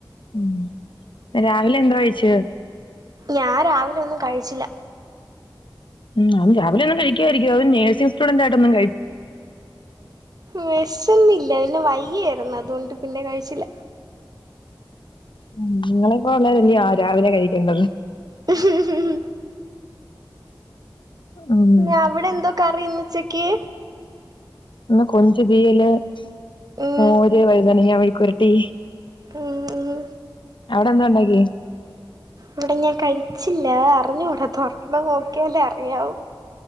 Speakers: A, on the left (about 75°); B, on the right (about 50°).
A: ഉം രാവിലെ എന്തോ കഴിച്ച്?
B: ഞാൻ രാവിലെ ഒന്നും കഴിച്ചില്ല.
A: ഉം അത് രാവിലെ ഒന്നും കഴിക്കാതിരിക്കുവൊ അതും നേഴ്സി സ്റ്റുടന്റാആയിടട്ടൊന്ന്
B: വെശന്നില്ല പിന്നെ വയ്യാരുന്ന് അതുകൊണ്ട് പിന്നെ കഴിച്ചില്ല.
A: ഉം നിങ്ങളെപ്പോലെ ഉള്ളവരല്ലിയോ രാവിലെ കഴിക്കണ്ടത്.
B: ഉം ഉം
A: ഉം
B: ഞാ അവിടെന്തോ കറി ഇന്ന് ഉച്ചക്ക്?
A: ഇന്ന് കൊഞ്ച് തീയല്,
B: ഉം
A: മോര്, വഴുതനങ്ങ മെഴുക്കൂവരട്ടീ
B: ഉം ഉം
A: അവിടെന്തോ ഒണ്ടാക്കി?
B: ഇവിടെ ഞാൻ കഴിച്ചില്ല അറിഞ്ഞൂടാ തൊറന്ന് നോക്കിയാലെ അറിയാവു.